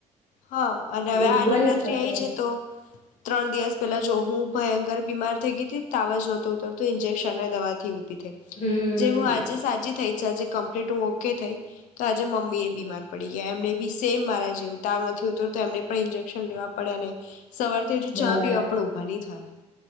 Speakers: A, on the left; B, on the left.
A: હા અને અવે
B: એવું
A: આ
B: બની
A: નવરાત્રી
B: શકે
A: આઇ છે તો ત્રણ દિવસ પેલા જો હું ભયંકર બીમાર થઈ ગઈતી તાવ જ નહોતો ઉતરતો ઇન્જેક્શન ને દવાથી ઉ થઈ
B: હમ
A: જે હું આજે સાજી થઇ છ અજી કમ્પ્લીટ હું ઓકે થઈ તો આજે મમ્મી એ બીમાર પડી ગયા એમણે બી સેમ મારા જેવું તાવ નથી ઉતરતો એમને પણ ઇન્જેક્શન લેવા પડે અને સવારથી હજુ
B: બરાબર
A: ચા પીવા પણ ઊભા નહીં થયા.